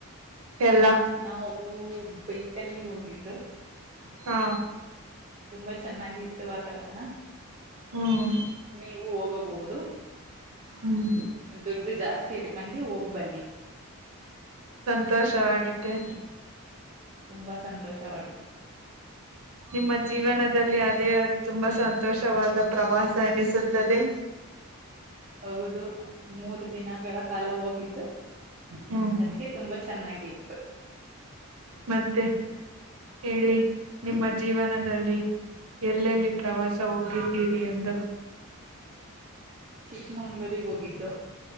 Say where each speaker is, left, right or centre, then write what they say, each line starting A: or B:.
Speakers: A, on the right; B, on the right.
A: ಎಲ್ಲಾ
B: ನಾವು ಬೈಕಲ್ಲಿ ಹೋಗಿದ್ದು
A: ಹಾ
B: ತುಂಬಾ ಚೆನ್ನಾಗಿ ವಾತಾವರಣ
A: ಹ್ಮ್
B: ನೀವು ಹೋಗಬಹುದು
A: ಹ್ಮ್
B: ದುಡ್ಡು ಜಾಸ್ತಿ ಇಡ್ಕೊಂಡು ಹೋಗ್ ಬನ್ನಿ
A: ಸಂತೋಷವಿದ್ದೆ
B: ತುಂಬಾ ಸಂತೋಷವಾಗಿತ್ತು
A: ನಿಮ್ಮ ಜೀವನದಲ್ಲಿ ಅದೇ ತುಂಬಾ ಸಂತೋಷವಾದ ಪ್ರವಾಸ ಎನಿಸುತ್ತದೆ
B: ಹೌದು ಮೂರು ದಿನಗಳ ಕಾಲ ಹೋಗಿದ್ದು
A: ಹ್ಮ್
B: ಅದಕ್ಕೆ ತುಂಬಾ ಚೆನ್ನಾಗಿ ಇತ್ತು
A: ಮತ್ತೆ ಹೇಳಿ
B: ಹ್ಮ್
A: ನಿಮ್ಮ ಜೀವನದಲ್ಲಿ ಎಲ್ಲೆಲ್ಲಿ ಪ್ರವಾಸ
B: ಹ್ಮ್
A: ಹೋಗಿದ್ದೀರಿ ಎಂದ
B: ಚಿಕ್ಕಮಂಗ್ಳೂರಿಗೆ ಹೋಗಿದ್ದು